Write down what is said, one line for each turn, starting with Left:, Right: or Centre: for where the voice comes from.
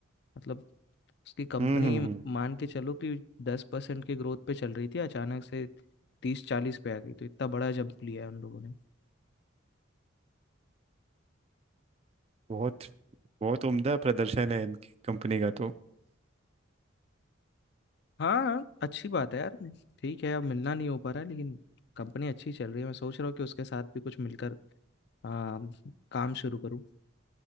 Left: मतलब उसकी कंपनी
Right: हम्म हम्म हम्म,
Left: मान के चलो कि दस परसेंट की ग्रोथ पे चल रही थी अचानक से तीस चालीस पे आ गई तो इतना बड़ा जंप लिया है उन लोगों ने
Right: बहुत बहुत उम्दा प्रदर्शन है इनकी कंपनी का तो
Left: हाँ अच्छी बात है यार ठीक है अब मिलना नहीं हो पा रहा है लेकिन कंपनी अच्छी चल रही है मैं सोच रहा हूँ कि उसके साथ भी कुछ मिलकर आ, काम शुरू करूँ